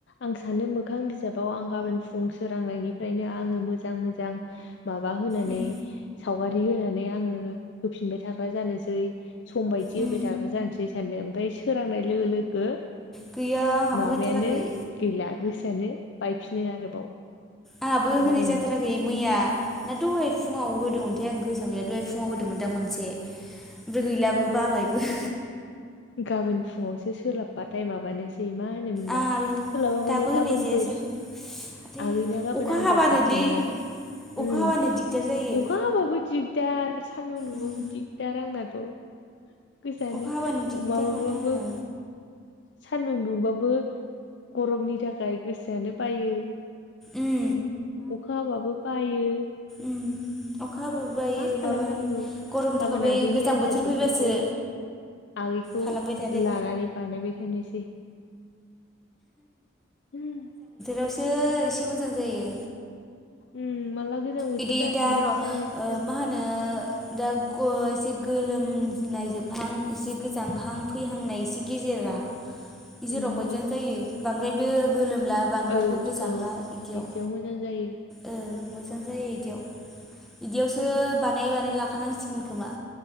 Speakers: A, on the left; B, in the centre.
A: आंस सानो मोखां बिजाबाव आं गाबोन फुं सोरांनायनिफ्रायनो आङो मोजां मोजां माबा होनाय
B: उम
A: नै सावगारि होनानै आङो होफिनबाय थाग्रा जानोसै सम बायदि
B: उम
A: होबाय थाग्रा जानोसै सानो ओमफाय सोरांनाय लोगो लोगो
B: गैया आंहाबो
A: माबायानो
B: होथाराखै
A: गैला गोसोआनो बायफिनो आरोबाव।
B: आंहाबो
A: गाबोन
B: होनाय जाथाराखै मैया दा दहाय फुङाव होदोंमोनथाय आं गोसोआवनो गैया दहाय फुङाव होदोंमोन दां मोनसे। ओमफ्राय गैलाबो बाबायबो <unintelligible>
A: गाबोन फुङावसो सोलाबबाथाय माबानोस सै मा होनोमोनलाय
B: आंहाबो
A: सोलाबा
B: दाबो
A: माने
B: होनाय
A: गाबोनफोरस
B: जायासै आरो
A: आगै ना गाबोन
B: अखा
A: आनजाद
B: हाबानोलै
A: जोबगोन ना।
B: अखा
A: उम
B: हाबानो दिगदार जायो
A: अखा हाबाबो दिग दार सान्दुं दुंबाबो
B: उम
A: दिगदार आंनाथ' गोसानो
B: अखा हाबानो
A: अमा
B: दिगदार
A: मा
B: मोनो
A: बाबो
B: आङो
A: सान्दुं दुंबाबो गरमनि थाखाय गोसोआनो बायो।
B: उम
A: <inaudible> अखा हाबाबो बायो।
B: उम अखा हाबाबो
A: मा खालामनांगौ
B: माबानो गरम
A: गाबोन
B: थाखाय बायो
A: आगैनि
B: गोजां
A: आनजाद
B: बोथोर
A: जोब्बासो
B: फैबासो
A: आगैखौ
B: खालामबाय थादो
A: लानानै बानायबाय थानोस <unintelligible>
B: <unintelligible> सो एसे मोजां जायो।
A: उम माला गोजां बोथोर
B: बिदि
A: जाफिनगोनसो
B: दा र' ओ
A: सानगासिनो आं
B: मा होनो दाग अ एसे गोलोमनाय जोबहां एसे गोजांहां फैहांनाय इसे गेजेरा इजोराव
A: उम
B: मोजां जायो बांद्रायबो गोलोमला बांद्रायबो
A: औ
B: गोजांला
A: औ
B: इदियाव
A: बिदियाव मोजां जायो।
B: ओ मोजां जायो इदियाव इदियावसो बानाय बानाय लाखानांसिगोन खोमा।